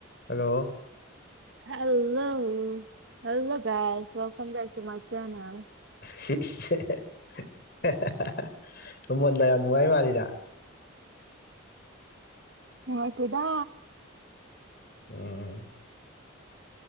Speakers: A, on the left; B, on the right.
A: Hello
B: hello hello guys welcome back to my channel.
A: <unintelligible> ꯃꯣꯟꯗ ꯌꯥꯝ ꯅꯨꯡꯉꯥꯏ ꯃꯥꯜꯂꯤꯗ꯫
B: ꯅꯨꯡꯉꯥꯏꯇꯦꯗꯥ
A: ꯎꯝ